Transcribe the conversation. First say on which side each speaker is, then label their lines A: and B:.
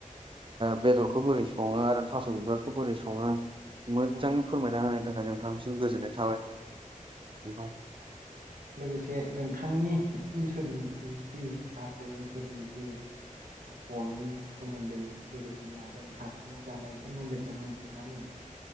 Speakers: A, on the right; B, on the right.
A: बेदरखौ बोरै संङो आरो थास' बिबारखौ बोरै संङो मोजां।
B: औ
A: फोरमायना होनायनि थाखाय नोंथांसिम गोजोननाय थाबाय नोंथां।
B: ओ लोगोसे नोंथांनि ओनसोलनि जि जि हाजो ओनसोलनि जि <unintelligible> सोमोन्दै लोगोसे नाजों हासुङाव जानाय सोमोन्दैखौ मोनथिनानै